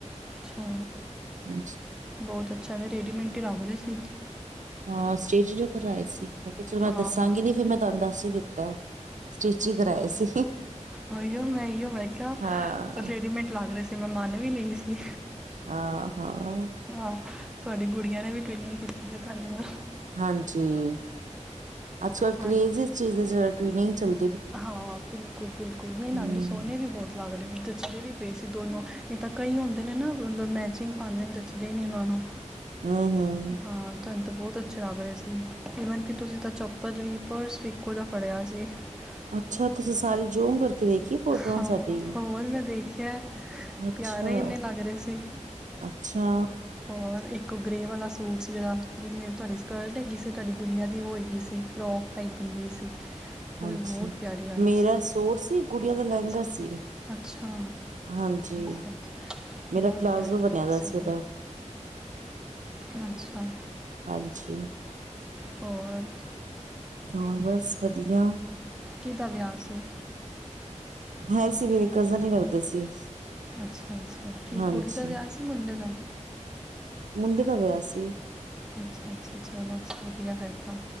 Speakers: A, in the centre; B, on the right.
A: ਅੱਛਾ
B: ਹਾਂਜੀ
A: ਬਹੁਤ ਅੱਛਾ ਰੇਡੀਮੇਟ ਹੀ ਲੱਗ ਰਹੇ ਸੀ।
B: ਹਾਂ ਸਟਿਚ ਜੋ ਕਰਵਾਏ ਸੀ। ਮੈਂ ਕਿਹਾ ਚਲੋ ਮੈਂ
A: ਹਾਂ
B: ਦੱਸਾਂਗੀ ਵੀ ਕਿ ਮੈਂ ਤੁਹਾਨੂੰ ਦੱਸ ਹੀ ਦਿੱਤਾ ਹੈ। ਸਟਿਚ ਹੀ ਕਰਵਾਏ ਸੀ।
A: ਓ ਮੈਂ ਇਓ ਮੈਂ ਕਿਹਾ
B: ਹਾਂ
A: ਰੇਡੀਮੇਡ ਲੱਗ ਰਹੇ ਸੀ ਮੈਂ ਮੰਨ ਵੀ ਲਈ ਸੀ।
B: ਹਾਂ ਹਾਂ
A: ਹਾਂ ਤੁਹਾਡੀ ਗੁਡੀਆਂ ਨੇ ਵੀ ਟ੍ਰੇਨਿਗ ਕੀਤੀ ਸੀ ਸਾਡੇ ਨਾਲ।
B: ਹਾਂਜੀ। ਅੱਜ ਕੱਲ੍ਹ
A: ਹਾਂ
B: ਕਰੇਜ ਇਸ ਚੀਜ਼ ਦਾ ਜਾ ਵੀ ਨਹੀਂ ਟਵਿੱਨਿੰਗ ਚੱਲ
A: ਹਾਂ ਬਿਲਕੁਲ- ਬਿਲਕੁਲ ਨਹੀਂ ਨਾਲੇ
B: ਹੂੰ
A: ਸੋਹਣੇ ਵੀ ਬਹੁਤ ਲਗਦੇ ਸੀ। ਜੱਚਦੇ ਵੀ ਪਏ ਸੀ ਦੋਨੋਂ ਨਹੀ ਤਾਂ ਕਈ ਹੁੰਦੇ ਨੇ ਨਾ ਮਤਲਬ ਮੈਚਿੰਗ ਪਾਉਂਦੇ ਨੇ ਦੇ ਨੇ ਉਹਨਾਂ ਨੂੰ
B: ਹੂੰ ਹੂੰ
A: ਹਾਂ। ਤੁਹਾਨੂੰ ਤਾਂ ਬਹੁਤ ਅੱਛੇ ਲੱਗ ਰਹੇ ਸੀ ਈਵਨ ਕਿ ਤੁਸੀਂ ਤਾਂ ਚੱਪਲ ਵੀ ਪਰਸ ਵੀ ਇਕੋ ਜਾ ਫੜਿਆ ਸੀ। <inaudible>
B: ਅੱਛਾ। ਤੁਸੀਂ ਸਾਰੀ ਜੋਮ ਕਰਕੇ ਦੇਖੀ। ਫੋਟੋਆਂ
A: ਹਾਂ
B: ਸਾਡੀ
A: ਹੋਰ ਮੈਂ ਦੇਖਿਆ
B: ਅੱਛਾ
A: ਪਿਆਰੇ ਹੀ ਇੰਨੇ ਲੱਗ ਰਹੇ ਸੀ।
B: ਅੱਛਾ।
A: ਔਰ ਇੱਕ ਗ੍ਰੇ ਵਾਲਾ ਸੂਟ ਸੀ ਜਿਹੜਾ ਜਿਹਦੇ ਨਾਲ ਤੁਹਾਡੀ ਸਕਰਟ ਹੈਗੀ ਸੀ ਤੁਹਾਡੀ ਗੁੱਡੀਆਂ ਦੀ ਉਹ ਹੈਗੀ ਸੀ ਫਰੋਕ। ਪਾਈ ਹੋਈ ਸੀ। ਉਹ
B: ਹਾਂਜੀ
A: ਵੀ ਬਹੁਤ ਪਿਆਰੀ ਆ ਰਹੀ
B: ਮੇਰਾ
A: ਸੀ
B: ਸੂਟ ਸੀ। ਗੁੱਡੀਆਂ ਦਾ ਲਹਿੰਗਾ
A: ਅੱਛਾ
B: ਸੀ।
A: ਅੱਛਾ
B: ਹਾਂਜੀ
A: ਅੱਛਾ ਅੱਛਾ
B: ਮੇਰਾ
A: ਬਹੁਤ
B: ਪਲਾਜ਼ੋ
A: ਪਿਆਰੀ ਲੱਗ
B: ਬਣਿਆ
A: ਰਹੀ
B: ਦਾ ਸੀ
A: ਉਹ
B: ਉਹਦਾ ਦਾ।
A: <inaudible> ਅੱਛਾ।
B: ਹਾਂਜੀ।
A: ਹੋਰ।
B: ਹੋਰ ਬਸ ਵਧੀਆ।
A: ਕਿਹਦਾ ਵਿਆਹ ਸੀ।
B: ਹੈ ਸੀ, ਮੇਰੇ ਕਜ਼ਨ ਹੀ ਲੱਗਦੇ ਸੀ।
A: ਅੱਛਾ- ਅੱਛਾ ਕੀ
B: ਹਾਂਜੀ
A: ਕੁੜੀ ਦਾ ਵਿਆਹ ਸੀ ਮੁੰਡੇ ਦਾ?
B: ਮੁੰਡੇ ਦਾ ਵਿਆਹ ਸੀ।
A: ਅੱਛਾ- ਅੱਛਾ ਚਲੋ ਵਧੀਆ ਫਿਰ ਤਾਂ